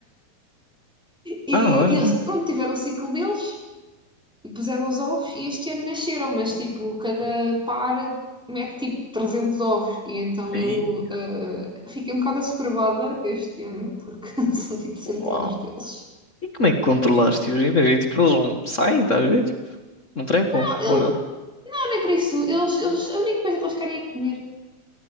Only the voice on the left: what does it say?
Pá, olha.
Ei,
uau.
E como é que controlaste os invernos? Tipo, eles não saem, estás a ver? Tipo, não trepam,
ou não?